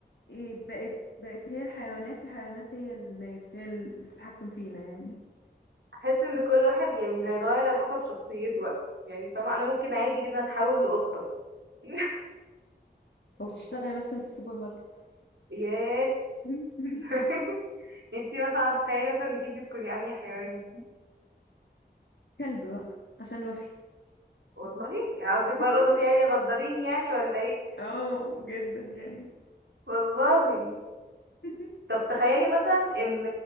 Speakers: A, on the left; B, on the right.
A: ايه بقت بقت هي الحيوانات والحيوانات هي الناس هي اللي بتتحكم فينا يعني
B: احس ان كل واحد يعني هيتغير على حسب شخصيته بقى يعني فاهمة انا ممكن عادي جدا اتحول لقطة <laughs>
A: وبتشتغل مثلا في السوبر ماركت
B: ياه
A: <laughs>
B: <laughs> انتي مثلا تخيلي مثلا انك انتي تكوني انهي حيوان
A: كلب بقى عشان وفي
B: والله يعني قصدك بقى
A: <laughs>
B: القطة دي يعني غدارين يعني ولا ايه
A: اه جدا يعني
B: والله
A: <laughs>
B: طب تخيلي مثلا ان